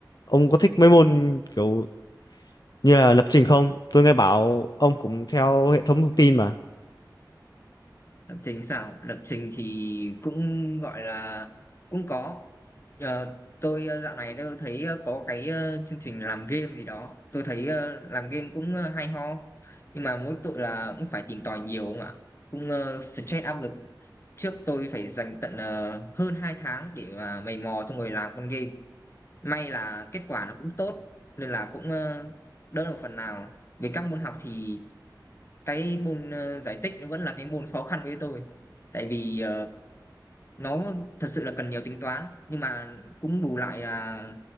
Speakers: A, on the left; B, on the left.
A: ông có thích mấy môn kiểu như là lập trình không tôi nghe bảo ông cũng theo hệ thống thông tin mà
B: lập trình sao? Lập trình thì cũng gọi là cũng có. Ờ, tôi ờ, dạo này tôi thấy ờ, có cái ờ, chương trình làm game gì đó. Tôi thấy ờ, làm game cũng ờ, hay ho, nhưng mà mỗi tội là cũng phải tìm tòi nhiều không ạ? Cũng ờ, stress áp lực trước tôi phải dành tận ờ, hơn 2 tháng để mà mày mò xong rồi làm con game may là kết quả nó cũng tốt nên là cũng ờ, đỡ được phần nào về các môn học thì cái môn ờ, giải tích nó vẫn là cái môn khó khăn với tôi tại vì ờ, nó thật sự là cần nhiều tính toán nhưng mà cũng bù lại là